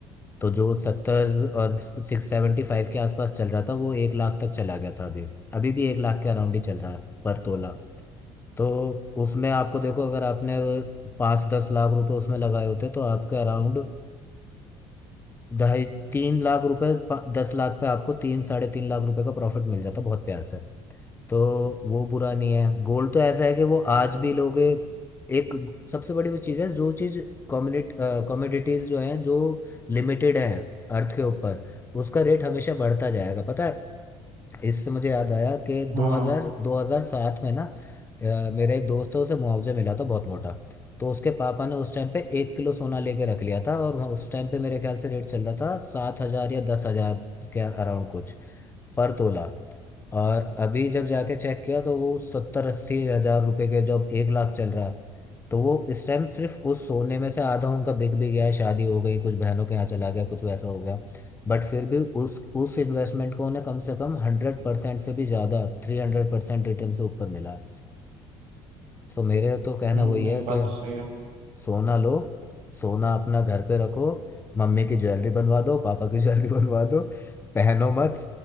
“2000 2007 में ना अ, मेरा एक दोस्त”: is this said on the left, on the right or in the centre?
Left